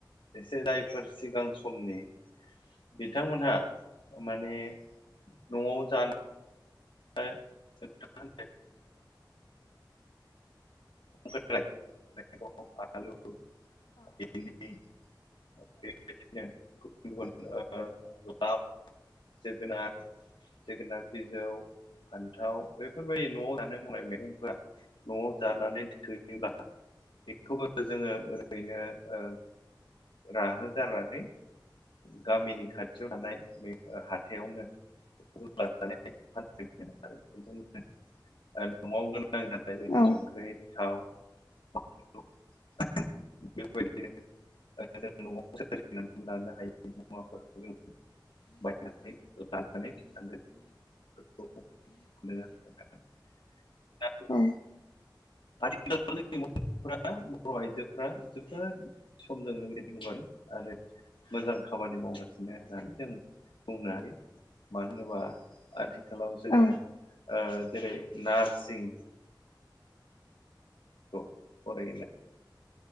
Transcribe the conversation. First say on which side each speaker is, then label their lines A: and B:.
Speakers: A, on the left (about 90°); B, on the left (about 70°).
A: एसे जायफोर सिगां समनि बिथांमोनहा माने न'आव जानो नै <inaudible> खाय मेगं आलु, भिनदि <unintelligible> बेबायदिनो गुबुन गुबुन ओ लाव जोगोनार जोगोनार बिजौ फान्थाव बेफोरबायदि न'आव जानो मावनाय मैगंफ्रा न'आव जानानै थोयोब्ला बेखौबो जोङो ओरैनो ओ राहोगारनानै गामिनि खाथियाव थानाय ओ हाथायावनो <unintelligible> आरो बेजोंनो ओ न'आव गोनां जानाय जेरै
B: औ
A: संख्रै, थाव, <unintelligible> सोरजिनानै लानो हायै मुवाफोरखौ बायनानै लानानै थानो <unintelligible>
B: ओ।
A: आथिखालनि गथ'फोरा बर' आइजोफोरा जोबोद <unintelligible> मोजां खामानि मावगासिनो होननानै जों बुंनो हायो। मानो होनोबा आथिखालाव जोङो
B: औ
A: ओ जेरै नार्सिं औ फराय होना